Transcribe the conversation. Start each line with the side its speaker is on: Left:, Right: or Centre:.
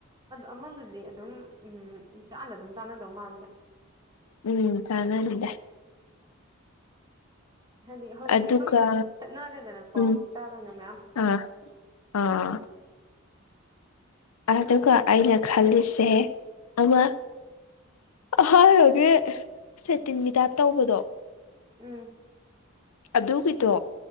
Right: ꯑꯃꯗꯨꯗꯤ ꯑꯗꯨꯝ ꯎꯝ ꯏ ꯇꯥꯟꯅ ꯑꯗꯨꯝ ꯆꯥꯟꯅꯗꯧ ꯃꯥꯜꯂꯦꯗ
Left: ꯎꯝ ꯆꯥꯟꯅꯗꯦ
Right: ꯍꯥꯏꯗꯤ ꯍꯧꯖꯤꯛꯇꯤ
Left: ꯑꯗꯨꯒ
Right: ꯑꯗꯨꯝ ꯁꯦꯠꯅꯔꯦꯗꯅꯀꯣ
Left: ꯎꯝ
Right: ꯏꯁꯇꯥꯜ ꯑꯣꯏꯅ ꯃꯌꯥꯝ
Left: ꯑꯥ ꯑꯥ ꯑꯗꯨꯒ ꯑꯩꯅ ꯈꯜꯂꯤꯁꯦ ꯑꯃ ꯍꯥꯟꯕꯥꯟꯕꯒꯤ ꯁꯦꯇꯤꯟꯒꯤ ꯇꯥꯏꯞ ꯇꯧꯕꯗꯣ
Right: ꯎꯝ
Left: ꯑꯗꯨꯒꯤꯗꯣ